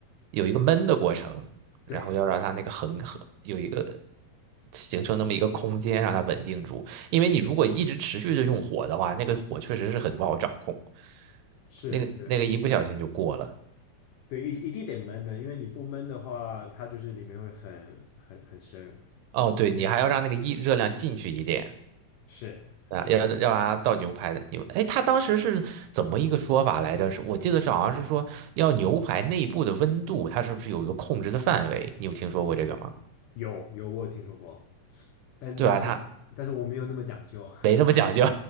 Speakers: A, on the right (about 80°); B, on the left (about 85°).
A: 有一个闷的过程，然后要让它那个横横有一个
B: 对，
A: 形成那么一个空间，让它稳定住。因为你如果一直持续的用火的话，那个火确实是很不好掌控，
B: 是对是，
A: 那个那个一不小心就过了。
B: 对一一定得焖的，因为你不焖的话，它就是里面会很很很深。
A: 哦，对，你还要让那个一热量进去一点
B: 是是，
A: 啊，要要让它倒牛排的牛。哎，他当时是怎么一个说法来着？是我记得是好像是说要牛排内部的温度，它是不是有一个控制的范围？你有听说过这个吗？
B: 有有我有听说过，但但是
A: 对吧？他
B: 但是我没有那么讲究。
A: 没那么讲究，
B: <laughs>